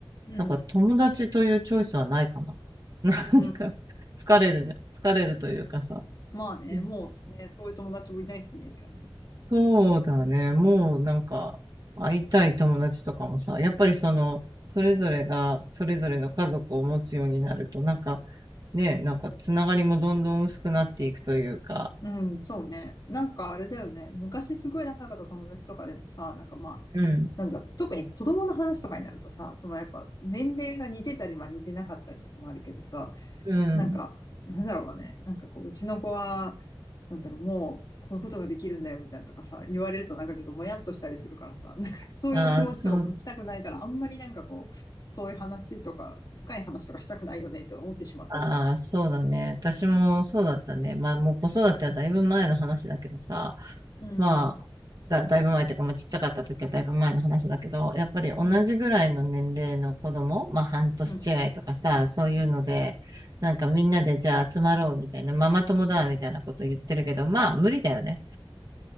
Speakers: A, on the left; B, on the right.
A: うん。
B: なんか友達というチョイスはないかな。<laughs>
A: うん。
B: なんか、疲れるじゃん。疲れるというかさ。
A: まあね、
B: うん
A: もうね、そういう友達もいないしね、って感じ。
B: そうだね。もうなんか、会いたい友達とかもさ、やっぱりその、それぞれが、それぞれの家族を持つようになると、なんか、ね、なんか、つながりもどんどん薄くなっていくというか、
A: うん、そうね。なんかあれだよね。昔すごい仲良かった友達とかでもさ、なんかまあ、
B: うん、
A: なんだ、特に子供の話とかになるとさ、そのやっぱ年齢が似てたり、まあ似てなかったりとかもあるけどさ、
B: うん。
A: なんか、なんだろうね。なんかこう、うちの子は、なんだろう、もう、こういうことができるんだよ、みたいなとかさ、言われるとなんかちょっともやっとしたりするからさ、なんかそういう気持ちとか持ちたくないから、
B: ああ、そう
A: あんまりなんかこう、そういう話とか、深い話とかしたくないよね、と思ってしまったりもする。
B: ああ、そうだね。私もそうだったね。まあ、もう子育てはだいぶ前の話だけどさ、
A: うん、
B: まあ、だ、だいぶ前っていうか、まあ、ちっちゃかった時はだいぶ前の話だけど、やっぱり同じぐらいの年齢の子供、
A: うん、
B: まあ、半年違いとかさ、
A: うん、
B: そういうので、なんかみんなでじゃあ集まろうみたいな、ママ友だみたいなこと言ってるけど、まあ、無理だよね。